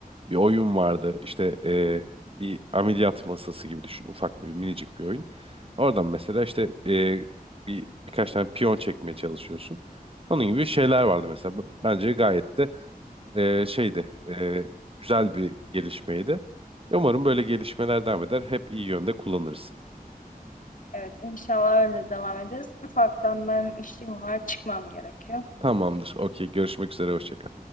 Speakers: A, on the right (about 35°); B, on the left (about 60°).
A: Bir oyun vardı. İşte eee, bir ameliyat masası gibi düşün. Ufak bir minicik bir oyun. Oradan mesela işte eee, bir birkaç tane piyon çekmeye çalışıyorsun. Onun gibi şeyler vardı mesela. B- Bence gayet de eee, şeydi. eee, güzel bir gelişmeydi. Umarım böyle gelişmeler devam eder. Hep iyi yönde kullanırız.
B: Evet, inşallah öyle devam ederiz. Ufaktan benim işim var, çıkmam gerekiyor.
A: Tamamdır. Okey. Görüşmek üzere. Hoşça kal.